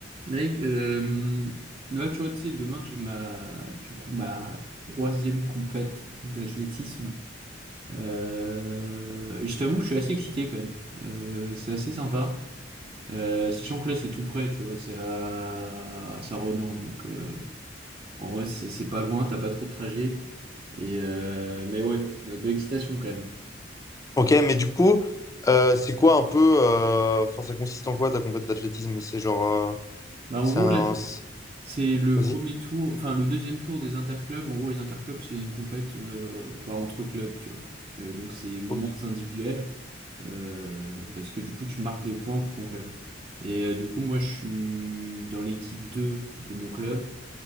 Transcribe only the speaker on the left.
Ok, mais du coup, euh, c'est quoi un peu. euh, Enfin, ça consiste en quoi ta compète d'athlétisme? C'est genre. euh,
c'est
un.
c'est-
Vas-y.
Ok,